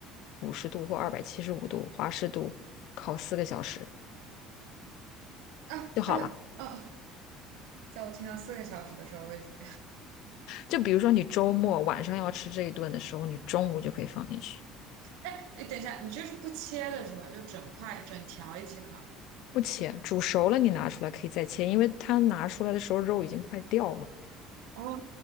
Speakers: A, on the left; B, on the right.
A: 五十度或二百七十五度华氏度烤四个小时
B: 啊！
A: 就好了。
B: 哦在我听到四个小时的时候，我已经
A: 就比如说你周末晚上要吃这一顿的时候，你中午就可以放进去，
B: <laughs> 哎，诶等一下，你这是不切的是吧？就整块整条一起烤。
A: 不切，煮熟了你拿出来可以再切，因为它拿出来的时候肉已经快掉了。
B: 哦，